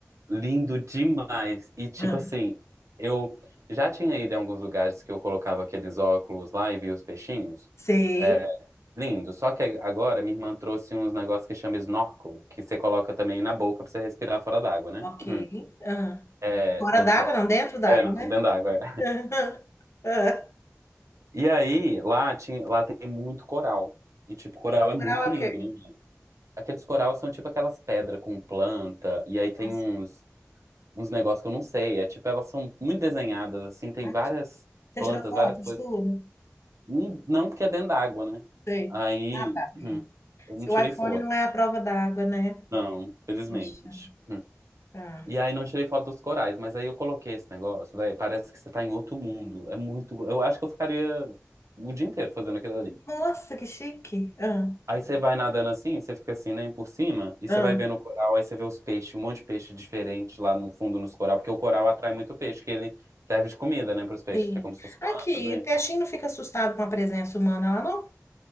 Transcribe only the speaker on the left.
Ah,
sei.
Ok.
Ah.
Fora
d'água,
não, dentro d'água,
né?
<laughs> Ah.
Oral
é o
quê?
Ah, sim.
Ah,
Você
tirou foto
de tudo?
Sei.
Ah, tá. Hum.
Seu
iPhone
não é a prova d'água, né?
Poxa.
Ah.
Nossa, que chique. Ah.
Ah.
Sim.
Aqui,
o
peixinho não fica assustado com a presença humana lá, não?